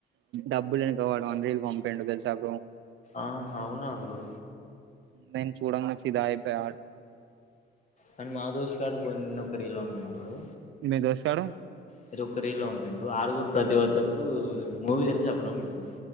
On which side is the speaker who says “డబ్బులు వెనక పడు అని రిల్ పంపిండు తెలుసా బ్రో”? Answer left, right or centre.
Right